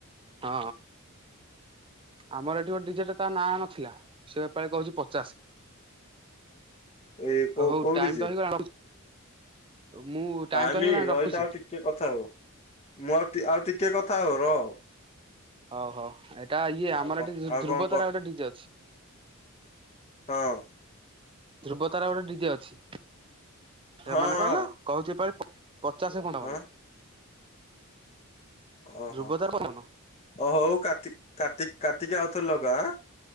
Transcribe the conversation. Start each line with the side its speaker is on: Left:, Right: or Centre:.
Right: ହଁ ଆମର ଏଠି ଗୋଟ ଡିଜେଟା ତା ନାଁ ନଥିଲା ସେପାଳି କହୁଛି ପଚାଶ।
Left: ଏ କୋ
Right: ହଉ
Left: କୋଉ
Right: ଟାଇମ
Left: ଡିଜେ।
Right: ତ ହେଇଗଲାଣି ରଖୁଛି ମୁଁ ଟାଇମ
Left: ଟାଇମି
Right: ତ ହେଇଗଲାଣି ରଖୁଛି।
Left: ରହିଥାଅ ଟିକେ କଥା ହବ। ମୁଁ ଆଉ ଆଉ ଟିକେ ଟିକେ କଥା ହଉ ରହ।
Right: ହଉ ହଉ ଏଇଟା ଇଏ
Left: ଆଉ
Right: ଆମର
Left: କଣ
Right: ଏଠି
Left: ଆଉ
Right: ଧ୍ରୁବତାରା
Left: କଣ କ
Right: ଗୋଟେ ଡିଜେ ଅଛି।
Left: ହଁ।
Right: ଧ୍ରୁବତାର ଗୋଟେ ଡିଜେ ଅଛି ସେମାନେ
Left: ହଁ
Right: କହିଲ କହୁଛି। ପଚାଶେ ଖଣ୍ଡବନ
Left: ହଁ ହଁ ଓହୋ
Right: ଧ୍ରୁବତାର ପବନ।
Left: ଓ ହୋଉ କାର୍ତିକ୍ କାର୍ତିକ୍ କାର୍ତିକ୍ ଆଉ ଥରେ ଲଗା ଏଁ,